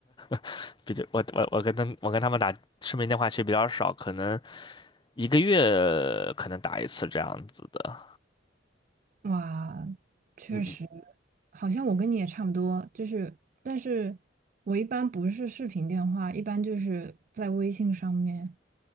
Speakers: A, on the left; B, on the right.
A: <laughs> 比较我我我跟他们我跟他们打视频电话其实比较少，可能一个月可能打一次这样子的，
B: 哇，确实，
A: 嗯嗯
B: 好像我跟你也差不多，就是，但是我一般不是视频电话，一般就是在微信上面